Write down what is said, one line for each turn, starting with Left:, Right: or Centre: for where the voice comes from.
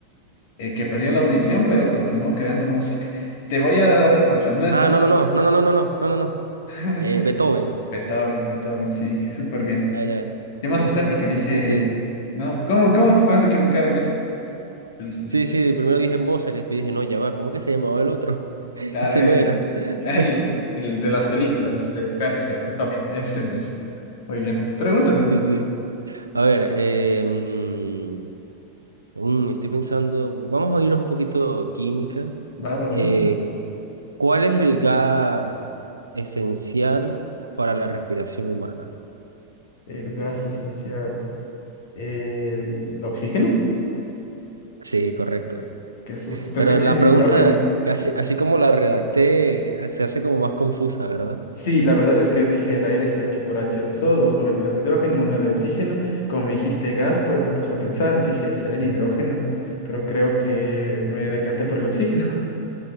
Left: eh, que perdió la audición, pero continuó creando música. Te voy a dar otra opción, no es
Right: Ah,
Left: Mozart.
Right: no, no, no, no, no, no, no, no, no, no, no.
Left: <laughs>
Right: Eh, Beethoven.
Left: Beethoven, Beethoven, sí, súper bien.
Right: Ah, ya.
Left: Yo me asusté porque dije,
Right: Sí, sí.
Left: no, ¿cómo, cómo te puedes equivocar en eso? Sí, sí,
Right: Sí,
Left: sí.
Right: sí, primero dije Mozart y después dije, no, ya va, ¿cómo que se llamaba el otro? <laughs>
Left: Claro,
Right: Ese
Left: el,
Right: no era. <laughs>
Left: <laughs> el, el de las películas de perros, el Beethoven, es el mismo. Muy bien, pregúntame.
Right: Sí, sí. A ver, eh, mm, mm, estoy pensando, vamos a irnos un poquito química.
Left: Va, va,
Right: Eh,
Left: va.
Right: ¿cuál es el gas esencial para la respiración humana?
Left: El gas esencial, el oxígeno,
Right: Sí, correcto.
Left: que susto, pensé
Right: Pero
Left: que
Right: la
Left: era el
Right: pregunta,
Left: hidrógeno.
Right: así, así como la redacté, se hace como más confusa, ¿verdad?
Left: Sí, la verdad es que dije el aire está hecho por h dos o dos moléculas de hidrógeno, una de oxígeno. Como me dijiste gas, pues me puse a pensar, dije, será el hidrógeno, pero creo que me decanté por el oxígeno. <laughs>